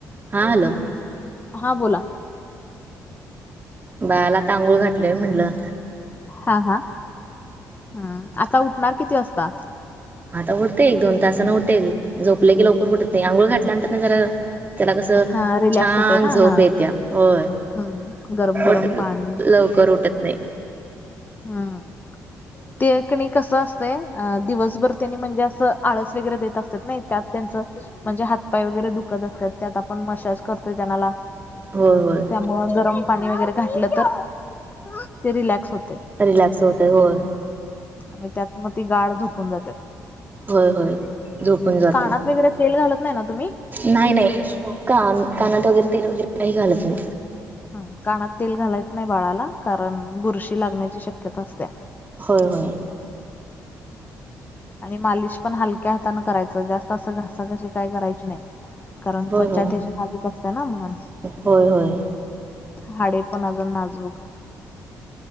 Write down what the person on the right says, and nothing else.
हा हॅलो!
बाळाला आता अंघोळ घातलोय म्हणलं.
आता उठते एक दोन तासान उठेल झोपले, की लवकर उठत नाही आंघोळ घातल्या नंतर ना जरा त्याला कसं
छान!
झोप
येत्या होय.
<unintelligible>
लवकर उठत नाही.
होय होय.
रिलॅक्स होतय होय.
होय होय. झोपून जातेय,
नाही नाही कान
कानात वगैरे तेल वगैरे नाही घालत मी.
होय होय.
होय
होय होय.